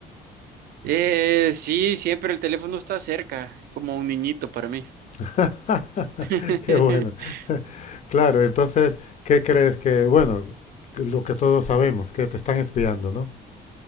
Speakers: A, on the right; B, on the left.
A: Eh, sí, siempre el teléfono está cerca, como un niñito para mí.
B: <laughs>
A: <laughs>
B: Qué bueno. <laughs> Claro, entonces, ¿qué crees que, bueno, lo que todos sabemos, que te están espiando, ¿no?